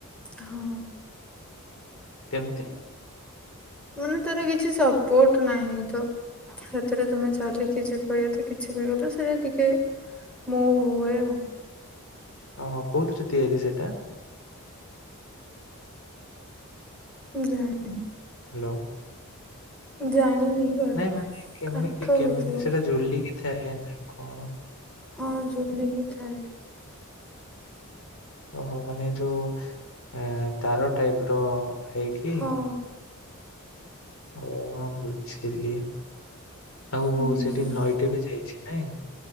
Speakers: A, in the centre; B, on the left (about 70°).
A: ହଁ।
B: କେମିତି?
A: ମାନେ ତାର କିଛି ସପୋର୍ଟ ନାହିଁ ତ। ସେଥିରେ ତମେ ଚାଲିକି ଯିବ ଯଦି କିଛି ବି ହେଲେ ସେଇଟା ଟିକେ ମୁଭ୍ ହୁଏ ଆଉ।
B: ଓହୋ କୋଉଥିରେ ତିଆରି ସେଟା?
A: <inaudible>
B: ହ୍ୟାଲୋ।
A: ଜାଣିନି। ଗଲେ
B: ନାଇଁ ମାନେ କେମିତି
A: କାଠ
B: କେମିତି
A: ହେଇଥିବ
B: ସେଇଟା ଝୁଲିକି ଥାଏ ନା କଣ।
A: ହଁ ଝୁଲିକି ଥାଏ।
B: ଓହୋ ମାନେ ଯୋଉ ଅ ତାର ଟାଇପ ର ହେଇକି
A: ହଁ
B: ଓ ହଁ ବୁଝିଲି। ଆଉ
A: ହୁଁ।
B: ସେଠି ନଈଟେ ବି ଯାଇଚି ନାଇଁ?